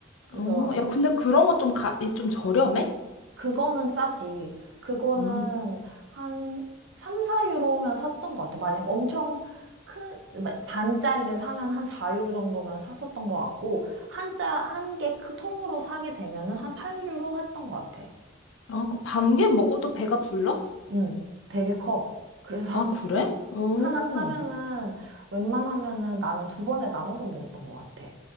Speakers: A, on the right; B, on the left.
A: 그래서
B: 어, 야, 근데 그런 거 좀 가, 이 좀 저렴해?
A: 그거는 싸지. 그거는
B: 음.
A: 한 3, 4유로면 샀던 것 같아. 만약 엄청 큰 반짜리를 사면 한 4유로 정도면 샀었던 것 같고 한자 한 개 통으로 사게 되면은 한 8유로 했던 것 같아.
B: 아, 그 반개 먹어도 배가 불러?
A: 응, 되게 커. 그래서
B: 아, 그래? 어.
A: <laughs> 하나 사면은 웬만하면은 나는 두 번에 나눠서 먹었던 것 같아.